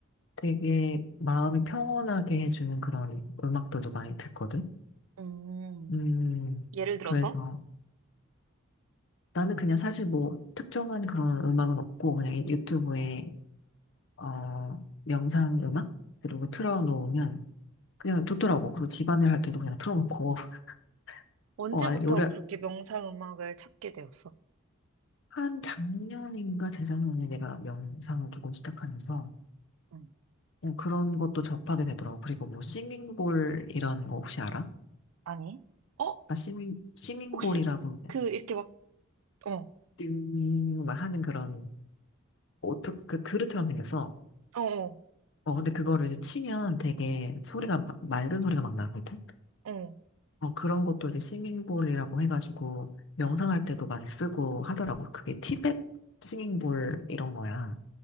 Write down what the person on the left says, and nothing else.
되게 마음이 평온하게 해주는 그런 음악들도 많이 듣거든?
음,
그래서 나는 그냥 사실 뭐 특정한 그런 음악은 없고 그냥 유튜브에 어, 명상 음악? 그리고 틀어놓으면 그냥 좋더라고. 그리고 집안일 할 때도 그냥 틀어놓고. <laughs>
어, 아니, 올해
한 작년인가 재작년에 내가 명상을 조금 시작하면서
그냥 그런 것도 접하게 되더라고. 그리고 뭐 싱잉볼 이런 거 혹시 알아?
아, 싱잉, 싱잉볼이라고
티베트인이 막 하는 그런 오토, 그 그릇처럼 생겼어.
어, 근데 그거를 이제 치면 되게 소리가, 막- 맑은 소리가 막 나거든?
어, 그런 것도 이제 싱잉볼이라고 해가지고 명상할
때도 많이 쓰고 하더라고. 그게 티벳 싱잉볼 이런 거야.